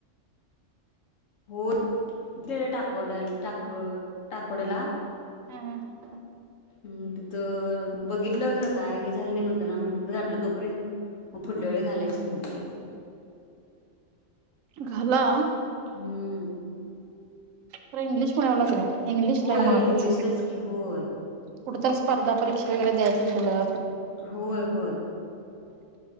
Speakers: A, on the left; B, on the right.
A: हो कुठे टाकावड्या टाकव टाकवड्याला
B: हम हम.
A: हम तिथं बघितलं खरं काय हे झालं नाही म्हणताना मग हिकडं घातलं तोपर्यंत मग पुुढल्या वेळी घालायचं नाही केलं.
B: घाला.
A: हम्म.
B: तररा इंग्लिश पण एवच झाला. इंग्लिश
A: होय
B: लय महत्त्वाचं
A: इंग्लिशलाच की होय
B: कुट तर स्पर्धा परीक्षा वगैरे द्यायचं झालं.
A: होय होय.